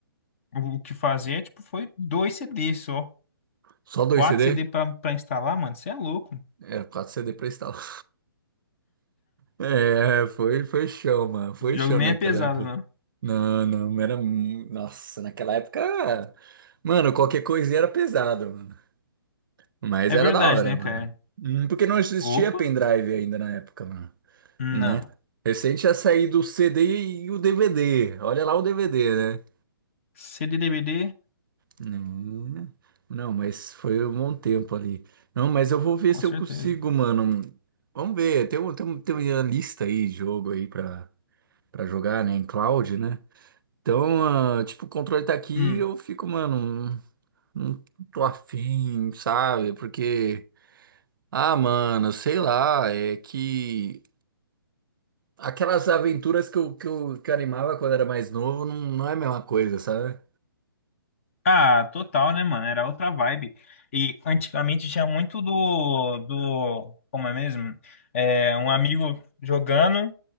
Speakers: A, on the left; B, on the right.
A: O o que fazia é, tipo, foi dois CDs só.
B: Só 2
A: Quatro
B: CD?
A: CD pra, pra instalar, mano. Você é louco.
B: Era 4 CD pra instalar. <laughs> É, foi, foi show, mano. Foi
A: O jogo
B: show
A: nem
B: naquela
A: é pesado,
B: época.
A: não.
B: Não, não, era. mu- Nossa, naquela época. Mano, qualquer coisinha era pesado. Mas
A: É
B: era
A: verdade,
B: da hora,
A: né,
B: mano.
A: cara?
B: Hum, Porque não existia
A: Opa,
B: pendrive ainda na época, mano.
A: não.
B: Né? Recente ia sair do CD e o DVD. Olha lá o DVD, né?
A: CD DVD,
B: Hum, Não, mas foi um bom tempo ali. Não, mas eu vou ver
A: com
B: se
A: certeza.
B: eu consigo, mano. Vamos ver. Tem, um- tem, um- tem uma lista aí, de jogo aí pra, pra jogar, né? Em cloud, né? Então, ah, tipo, o controle tá aqui
A: Hum.
B: e eu fico, mano. Não não tô afim, sabe? Porque. Ah, mano, sei lá, é que aquelas aventuras que eu, que eu, que eu animava quando era mais novo não, não é a mesma coisa, sabe?
A: Ah, total, né, mano? Era outra vibe. E antigamente tinha muito do, do, como é mesmo? É, um amigo jogando,